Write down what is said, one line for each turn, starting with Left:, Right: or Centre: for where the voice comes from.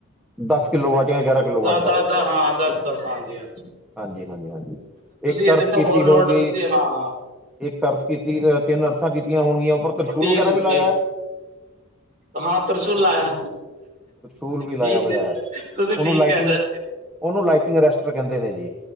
Centre: ਦਸ ਕਿੱਲੋ ਵਾਟ ਜਾਂ ਗਿਆਰਾਂ ਕਿੱਲੋ
Right: ਦ
Centre: ਵਾਟ ਦਾ
Right: ਦੱਸ-ਦੱਸ
Centre: ਹੋਊਗਾ
Right: ਹਾਂ ਦੱਸ-ਦੱਸ ਹਾਂਜੀ-ਹਾਂਜੀ।
Centre: ਹਾਂਜੀ, ਹਾਂਜੀ, ਹਾਂਜੀ ਇੱਕ
Right: ਇਹਦੇ
Centre: ਅਰਜ
Right: ਤੇ
Centre: ਕੀਤੀ
Right: ਹੋਰ
Centre: ਹੋਊਗੀ।
Right: ਲੋਡ ਤੁਸੀਂ ਹਾਂ ਹਾਂ
Centre: ਇੱਕ ਅਰਸ ਕੀਤੀ ਤਿੰਨ ਅਰਸਾਂ ਕੀਤੀਆਂ ਹੋਣਗੀਆਂ ਉੱਪਰ ਤ੍ਰਿਸ਼ੂਲ
Right: ਤੀਨ
Centre: ਵਗੈਰਾ ਵੀ ਲਾਇਆ।
Right: ਤੀਨ ਹਾਂ ਤਰਸੂਲ ਲਾਇਆ,
Centre: ਤਰਸ਼ੂਲ ਵੀ ਲਾਇਆ
Right: ਠੀਕ
Centre: ਹੋਇਆ
Right: ਐ।
Centre: ਹੈ
Right: ਤੁਸੀਂ
Centre: ਉਹਨੂੰ
Right: ਠੀਕ
Centre: ਲਾਈਟਿੰਗ
Right: ਕਹਿ ਰੇ।
Centre: ਉਹਨੂੰ ਲਾਈਟਿੰਗ ਅਰੈਸਟਰ ਕਹਿੰਦੇ ਨੇ ਜੀ,